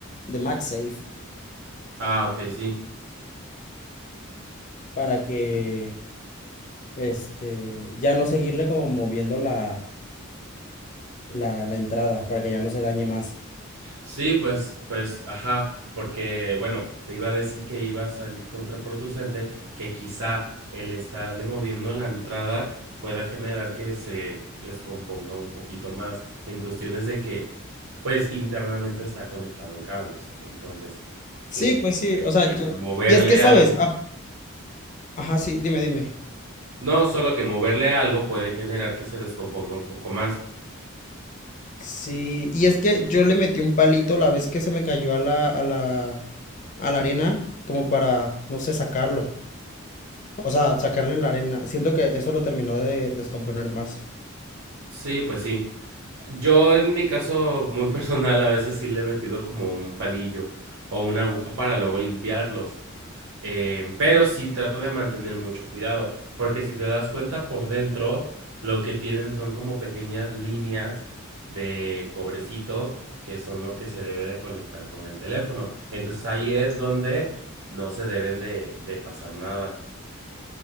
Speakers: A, on the left; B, on the right.
A: de MagSafe
B: Ah, ok, sí.
A: para que, este, ya no seguirle como moviendo la, la, la entrada, para que ya no se dañe más.
B: Sí, pues, pues, ajá, porque, bueno, te iba a decir que iba a salir contraproducente, que quizá el estarle moviendo la entrada pueda generar que se descomponga un poquito más en cuestiones de que, pues, internamente está conectado en cables. Entonces,
A: Sí,
B: que
A: pues sí, o sea,
B: eh,
A: yo...
B: moverle
A: Y es que, ¿sabes?
B: algo,
A: Ah, Ajá, sí, dime, dime.
B: no, solo que moverle algo puede generar que se descomponga un poco más.
A: Sí, y es que yo le metí un palito la vez que se me cayó a la, a la, a la arena, como para, no sé, sacarlo. O sea, sacarle la arena. Siento que eso lo terminó de descomponer más.
B: Sí, pues sí. Yo en mi caso muy <laughs> personal a veces sí le he metido como un palillo o una aguja para luego limpiarlos. eh, pero sí trato de mantener mucho cuidado, porque si te das cuenta por dentro lo que tienen son como pequeñas líneas de cobrecito que son lo que se debe de conectar con el teléfono. Entonces ahí es donde no se deben de, de pasar nada.